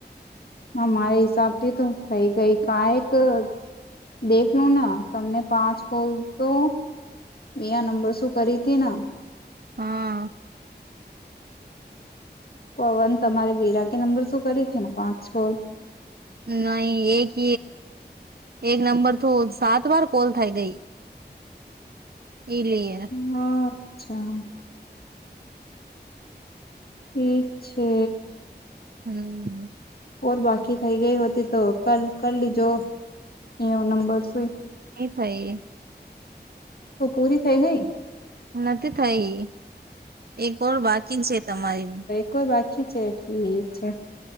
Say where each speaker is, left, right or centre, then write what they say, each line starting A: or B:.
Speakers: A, on the left; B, on the right.
A: મારા હિસાબ થી તો થઈ ગઈ કાયક. દેખલો ના તમને પાંચ કોલ તો વિયા નંબર શું કરી હતી ન
B: હા.
A: પવન તમારે વિરા કે નંબર શું કરી છે ને પાંચ છો?
B: નહી એક. એક નંબર તો સાત વાર કોલ થાય ગઈ. એલીયે.
A: હા અચ્છા. ઠીક છે.
B: હમ્મ.
A: ઓર બાકી થઈ ગઈ હો હતી તો કાલ કલ લીજો એવો નંબર સુઈ.
B: એ થઈ.
A: તો પૂરી થઈ ગઈ.
B: નથી થઈ એક ઓર બાકી છે તમારી
A: કોઈ બાકી છે ઠીક છે.